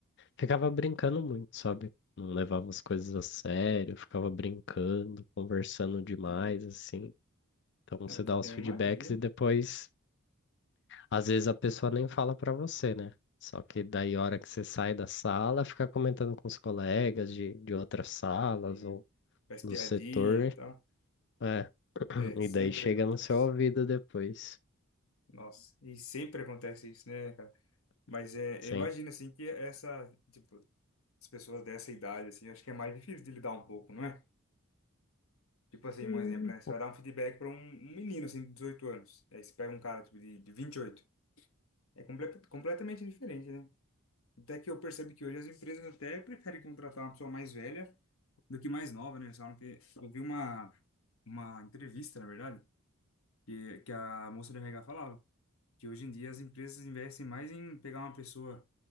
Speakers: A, on the left; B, on the left.
A: Ficava brincando muito, sabe? Não levava as coisas a sério, ficava brincando, conversando demais,
B: Sim.
A: assim. Então você
B: Eu
A: dá os
B: eu
A: feedbacks
B: imagino.
A: e depois, às vezes a pessoa nem fala pra você, né? Só que daí, a hora que você sai da sala, fica comentando com os colegas de, de outras salas
B: Sim.
A: ou
B: Faz piadinha
A: do setor,
B: e tal.
A: é. <clears throat>
B: É, sempre
A: E daí chega
B: acontece.
A: no seu ouvido depois.
B: Nossa. E sempre acontece isso, né, cara? Mas é,
A: Sim,
B: eu imagino, assim, que essa, tipo, as pessoas dessa idade, assim, eu acho que é mais difícil de lidar um pouco, não é? Tipo assim,
A: Hum.
B: um exemplo, né? Você vai dar um feedback para um, um menino, assim, de 18 anos. Aí você pega um cara, tipo, de, de 28. É comple completamente diferente, né? Até que eu percebo que hoje as empresas até preferem contratar uma pessoa mais velha do que mais nova, né? Eles falam que eu vi uma, uma entrevista, na verdade, que, que a moça do RH falava que hoje em dia as empresas investem mais em pegar uma pessoa,